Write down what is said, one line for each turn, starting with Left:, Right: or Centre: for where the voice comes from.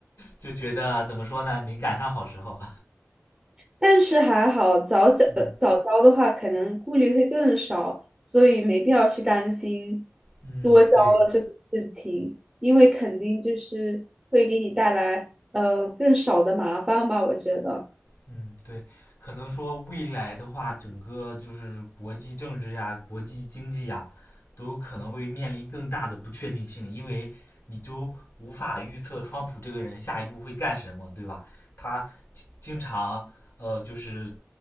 Left: 就觉得怎么说呢，没赶上好时候。
Right: 但是还好，早早呃早交的话，
Left: 嗯
Right: 可能顾虑会更少，所以没必要去担心
Left: 嗯，
Right: 多交了这个事情，
Left: 对，
Right: 因为肯定就是会给你带来呃更少的麻烦吧，我觉得。
Left: 嗯对，可能说未来的话，整个就是国际政治呀、国际经济呀，都可能会面临更大的不确定性，因为你就无法预测川普这个人下一步会干什么，对吧？他经经常呃，就是